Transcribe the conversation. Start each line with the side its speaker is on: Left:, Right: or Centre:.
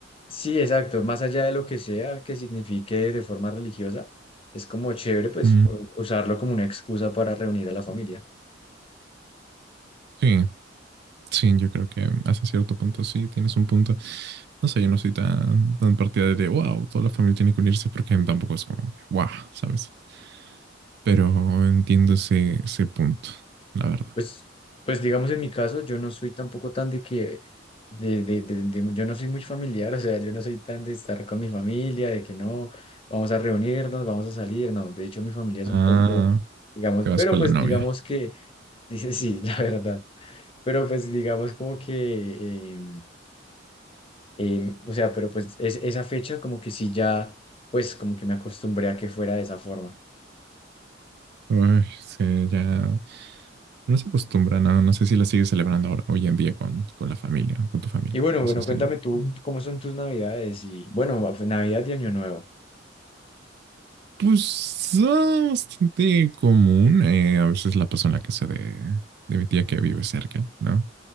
Left: Sí, exacto. Más allá de lo que sea que signifique de forma religiosa, es como chévere, pues,
Right: Mm,
Left: u- usarlo como una excusa para reunir a la familia.
Right: sí, sí, yo creo que hasta cierto punto sí, tienes un punto. No sé, yo no soy tan, tan partidario de, wow, toda la familia tiene que unirse porque tampoco es como que, wow, ¿sabes? Pero entiendo ese, ese punto, la verdad.
Left: Pues, pues digamos en mi caso, yo no soy tampoco tan de que, de, de, de, de- yo no soy muy familiar, o sea, yo no soy tan de estar con mi familia, de que no, vamos a reunirnos, vamos a salir, no, de hecho mi familia es
Right: Ah,
Left: un poco, digamos,
Right: te vas
Left: pero
Right: con
Left: pues
Right: la novia.
Left: digamos que, dice sí, <laughs> la verdad. Pero pues digamos como que, eh, eh, o sea, pero pues es, esa fecha como que sí ya, pues como que me acostumbré a que fuera de esa forma.
Right: Uy, sí, ya no se acostumbra, no, no sé si la sigues celebrando ahora- hoy en día con, con la familia, con tu familia.
Left: Y bueno,
Right: No
Left: bueno,
Right: sé si.
Left: cuéntame tú, Mm. ¿cómo son tus navidades? Y bueno, Navidad y Año Nuevo.
Right: Pues ah, bastante común. eh, a veces la paso en la casa de, de mi tía que vive cerca, ¿no?